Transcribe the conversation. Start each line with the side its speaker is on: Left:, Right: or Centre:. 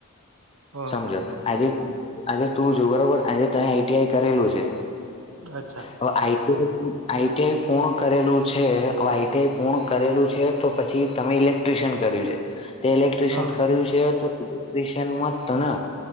Right: ઓહો
Left: સમજો. આજે આજે તું છું બરોબર આજે તમે આઈટીઆઈ કરેલું છે.
Right: અચ્છા.
Left: તો આઈટીનુ આઈટીઆઈ. પૂર્ણ કરેલું છે. હવે આઈટીઆઈ પૂર્ણ કરેલું છે તો પછી તમે ઇલેક્ટ્રિશિયન કર્યું છે. તે ઇલેક્ટ્રિશિયન
Right: હા હા
Left: કર્યું છે તો ઇલેક્ટ્રિશિયનમાં તન